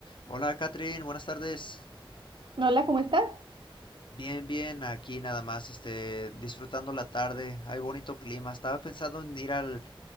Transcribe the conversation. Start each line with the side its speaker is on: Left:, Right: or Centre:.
Left: Hola, Catherine, buenas tardes.
Right: Hola, ¿cómo estás?
Left: Bien, bien, aquí nada más, este, disfrutando la tarde. Hay bonito clima. Estaba pensando en ir al,